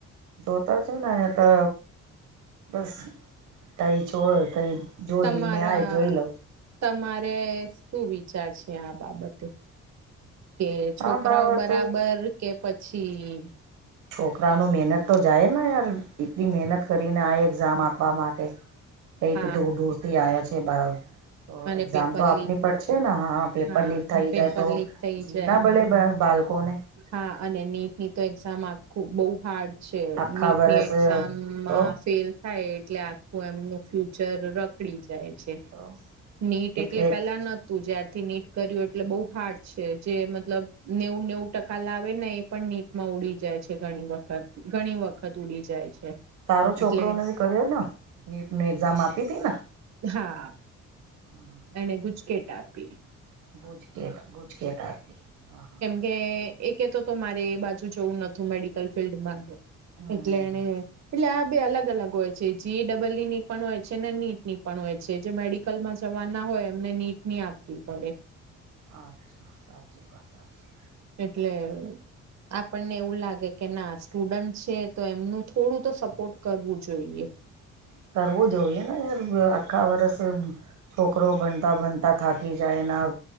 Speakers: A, on the right (about 80°); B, on the right (about 60°).
A: જોતર છે ને અયે તો બસ તઈ છો કઈ. જો
B: તમારા
A: રીલ મે આય જોઈ લવ.
B: તમારે સુ વિચાર છે, આ બાબતે. કે છોકરાઓ
A: આ બાબત
B: બરાબર કે પછી
A: છોકરા નો મેનત તો જાય ને યાર એટલી મેનત કરીને આ એક્ઝામ આપવા માટે. કઈક
B: હા
A: ડૂર ડૂર થી આયો છે બા તો
B: અને
A: એક્ઝામ
B: પેપર
A: તો આપની
B: લીક
A: પડ છે ને, હા-હા પેપર
B: હા
A: લીક થઈ
B: પેપર
A: જાય તો.
B: લીક થઈ
A: જી
B: જાય
A: ના બલે બા બાલકોને.
B: હા અને નીટ ની તો એક્ઝામ આખું બઉ હાર્ડ છે
A: આખા
B: નીટ
A: વરસ
B: ની એક્ઝામમાં
A: તો
B: ફેલ થાય એટલે આખું એમનું ફ્યુચર રખડી જાય છે.
A: તો
B: નીટ
A: એક
B: એટલે
A: એક
B: પેલા ન તુ જ્યારથી નીટ કર્યું એટલે બઉ ફાટ છે, જે મતલબ નેવું નેવું કાલ આવે ને એ પણ નીટમાં ઉડી જાય છે, ઘણી વખત-ઘણી વખત ઉડી જાય છે.
A: તારો છોકરોને
B: એટલે
A: કર્યો ન નીટ ની એક્ઝામ આપી તી ને.
B: હા
A: <unintelligible>
B: એને ગુચકેટ આપી
A: બુજકેટ ભુજકેટ હ હા
B: કે એ તો તો મારે એ બાજુ જવું નું મેડિકલ ફિલ્ડમાં
A: હમ
B: એટલે એને
A: હમ
B: એટલે આ બે અલગ અલગ હોય છે જી ડબલુ ની પણ હોય છે ને નીટ ની પણ હોય છે જે મેડિકલમાં જવાના હોય એમને નીટ નની આપવી પડે
A: અચ્છા સાચ એ વાત <unintelligible>
B: એટલે આપણને એવું લાગે કે ના સ્ટુડન્ટ છે તો એમનું થોડું તો સપોર્ટ કરવું જોઈએ
A: કરવું જોઈએ ને યાર આખા વરષ છોકરો બનતા બનતા થાકી જાયના